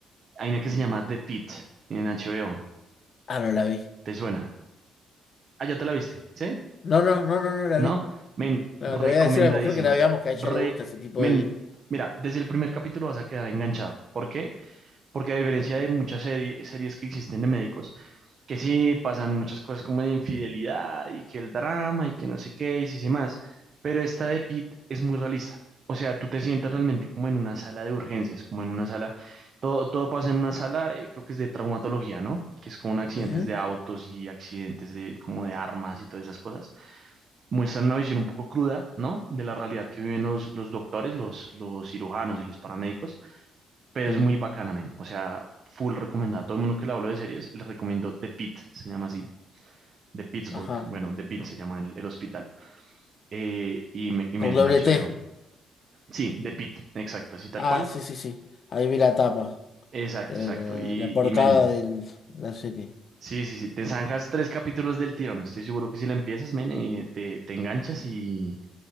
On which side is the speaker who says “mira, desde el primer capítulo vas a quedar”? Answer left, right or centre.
Right